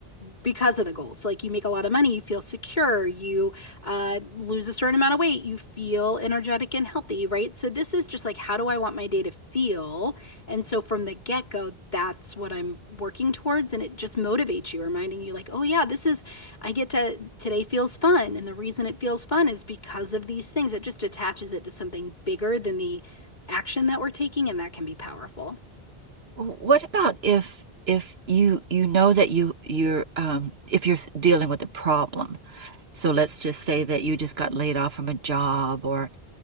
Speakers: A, on the left; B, on the right.
A: because of the goals. Like you make a lot of money, you feel secure, you uh, lose a certain amount of weight, you feel energetic and healthy, right? So this is just like, how do I want my day to feel? And so from the get-go, that's what I'm working towards. And it just motivates you, reminding you, like, oh, yeah, this is, I get to, today feels fun. And the reason it feels fun is because of these things. It just attaches it to something bigger than the action that we're taking. And that can be powerful.
B: W- What about if if you you know that you you're um if you're dealing with a problem So let's just say that you just got laid off from a job or